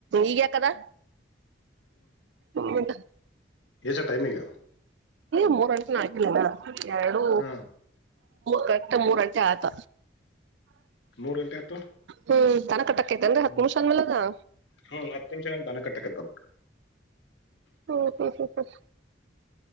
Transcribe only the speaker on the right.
ಈಗ ಕದ ಹೌದ
ಮೂರ್ ಗಂಟೆ ಆಕಲ ಎರಡು
ಕರೆಕ್ ಮೂರ್ ಗಂಟೆ ಆಯ್ತ
ಹ್ಮ್ ತನ ಕಟ್ಟ ತ ಹಾ
ಮುುಷನ್ಮಲ್ಲ ನ
ಹ್ಮ್ ಹ ಸ ಸ